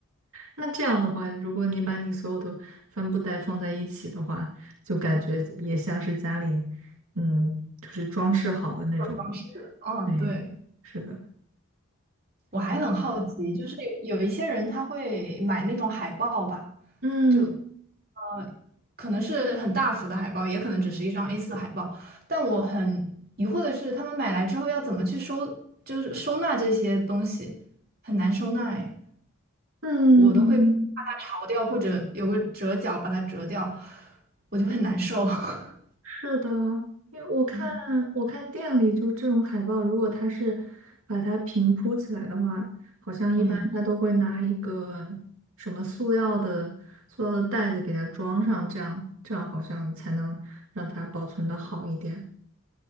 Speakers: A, on the right; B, on the right.
A: 那这样的话，如果你把你所有的帆布袋放在一起的话，就感觉也像是家里，嗯，就是装饰好的那种。
B: 这种方式，嗯，
A: 对，
B: 对。
A: 是的，
B: 我还很好奇，就是有一些人他会买那种海报吧，
A: 嗯
B: 就呃，可能是很大幅的海报，也可能只是一张 a 四海报。但我很疑惑的是，他们买来之后要怎么去收，就是收纳这些东西，很难收纳哎。
A: 嗯，
B: 我都会把它潮掉或者有个折角把它折掉，我就很难受。<laughs>
A: 是的，因为我看我看店里就这种海报，
B: 嗯
A: 如果它是把它平铺起来的话，好像一般它都会拿一个
B: 嗯
A: 什么塑料的塑料的袋子给它装上，这样这样好像才能让它保存的好一点。